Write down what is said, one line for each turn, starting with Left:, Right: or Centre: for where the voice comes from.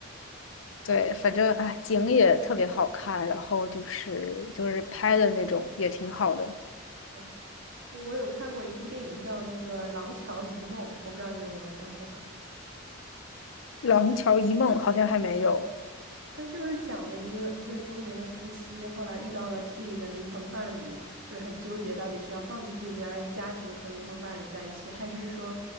Left: 对，反正哎，景也特别好看，然后就是就是拍的那种也挺好的。
Right: 对，我有看过一部电影叫那个《廊桥遗梦》，我不知道你有没有看过。
Left: 《廊桥遗梦》好像还没有
Right: 他就是讲的一个一个中年的夫妻，后来遇到了自己的灵魂伴侣，就是很纠结，到底是要放弃自己原来的家庭和灵魂伴侣在一起，<laughs> 还是说